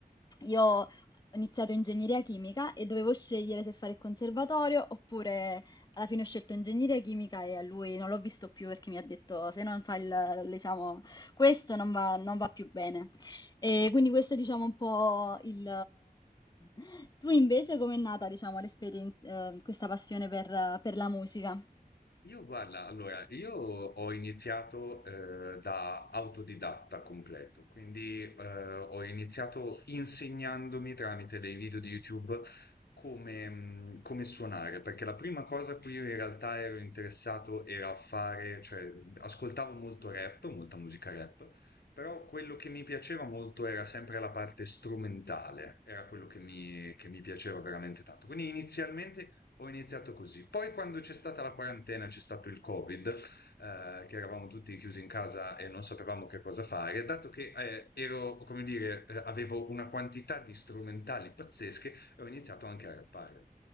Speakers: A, on the left; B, on the left.
A: Io ho iniziato ingegneria chimica e dovevo scegliere se fare il conservatorio oppure alla fine ho scelto ingegneria chimica e a lui non l'ho visto più perché mi ha detto se non fai il- diciamo, questo non va, non va più bene. E quindi questo è diciamo un po' il... <laughs> Tu invece com'è nata diciamo, l'esperienz- eh, questa passione per, per la musica?
B: Io guarda, allora, io ho iniziato eh, da autodidatta completo, quindi eh, ho iniziato insegnandomi tramite dei video di YouTube come, mh, come suonare, perché la prima cosa a cui io in realtà ero interessato era a fare, cioè ascoltavo molto rap, molta musica rap, Però quello che mi piaceva molto era sempre la parte strumentale, era quello che mi, che mi piaceva veramente tanto. Quindi inizialmente ho iniziato così. Poi quando c'è stata la quarantena, c'è stato il Covid, eh, che eravamo tutti chiusi in casa e non sapevamo che cosa fare, dato che eh, ero, come dire, eh, avevo una quantità di strumentali pazzesche, ho iniziato anche a rappare.